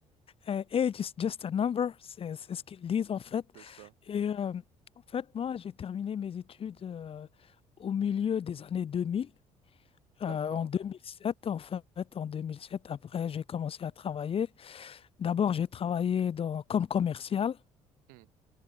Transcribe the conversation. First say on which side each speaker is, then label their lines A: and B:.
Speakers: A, on the left (about 40°); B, on the right (about 80°).
A: euh, age is just a number, c'est c'est ce qu'ils disent en fait.
B: C'est ça.
A: Et
B: c'est
A: euh,
B: ça.
A: en fait, moi, j'ai terminé mes études euh, au milieu des années 2000,
B: D'accord.
A: euh, en 2007, en fait, en 2007. Après, j'ai commencé à travailler. D'abord, j'ai travaillé dans, comme commercial.
B: Hmm.